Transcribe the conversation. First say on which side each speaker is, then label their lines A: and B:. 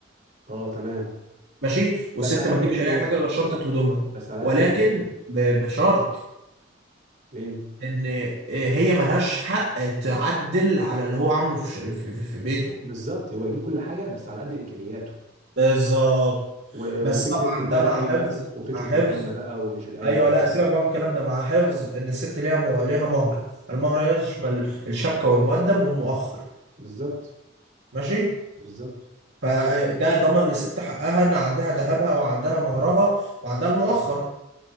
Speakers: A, on the right; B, on the right.
A: اه تمام
B: ماشي والست
A: بس على قد
B: ما تجيبش
A: امكانياته
B: اي حاجة غير شنطة
A: بس
B: هدومها
A: بس على قد
B: ولكن
A: امكانياته
B: ب- بشرط
A: ايه
B: ان آه، هي ملهاش حق تعدل على اللي هو عامله في ش- في في- في بيته
A: بالظبط هو يجيب كل حاجه بس على قد امكانياته
B: بالظبط
A: و-
B: بس
A: وفكره
B: طبعا
A: بقى
B: ده
A: القايمه
B: مع حفظ
A: وفكره
B: مع حفظ
A: القايمه بقى ومش القايمه
B: ايوه
A: والكلام
B: لا سيبك
A: ده.
B: بقى من الكلام ده مع حفظ ان الست ليها مو... ليها مهر المهر يشمل الشبكه والمقدم والمؤخر
A: بالظبط
B: ماشي
A: بالظبط
B: فده ضمن للست حقها ان عندها ذهبها وعندها مهرها وعندها المؤخر